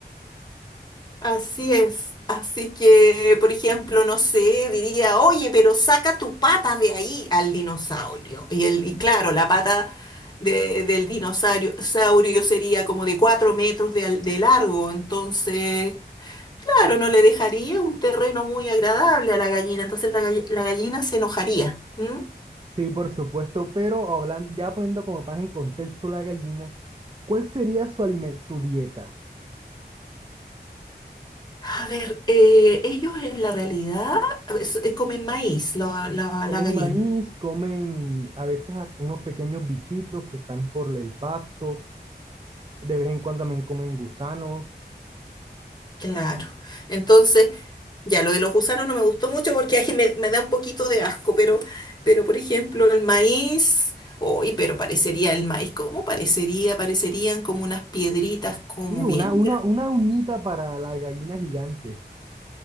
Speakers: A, on the left; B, on the right.
A: Así es. Así que, por ejemplo, no sé, diría, oye, pero saca tu pata de ahí al dinosaurio. Y, el, y claro, la pata de- del dinosaurio saurio sería como de cuatro metros de, al- de largo. Entonces, claro, no le dejaría un terreno muy agradable a la gallina. Entonces la, gall- la gallina se enojaría. ¿m?
B: Sí, por supuesto, pero hablando, ya poniendo como más en contexto la gallina, ¿cuál sería su alime- su dieta?
A: A ver, eh, ellos en la realidad a ver, s- eh, comen maíz, la, la,
B: Comen
A: la gallina.
B: maíz, comen a veces a- unos pequeños bichitos que están por el pasto, de vez en cuando también comen gusanos.
A: Claro. Entonces, Ya, lo de los gusanos no me gustó mucho porque ahí me, me da un poquito de asco, pero, pero por ejemplo, el maíz, uy, pero parecería el maíz, ¿cómo parecería? Parecerían como unas piedritas, como
B: Sí, una,
A: bien.
B: una,
A: gra-
B: una uñita para la gallina gigante.